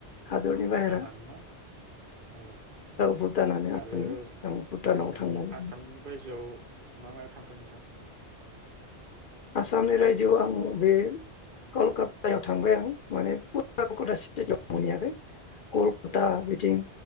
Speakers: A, on the left; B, on the right.
A: हादरनि बाहेरा
B: भुटानानो ना औ
A: भुटानानो आंनि
B: आरो
A: आं भुटानाव
B: जोंनि
A: थांनानै
B: आसामनि बायजोआव मा मायाव थांखो नोंथाङा?
A: आसामनि रायजोआव आं बे कलकातायाव थांबाय आं माने पुत आग कदासि <unintelligible> जायगायाव
B: औ
A: मोनहैयाखै कल्क कता बिथिं
B: औ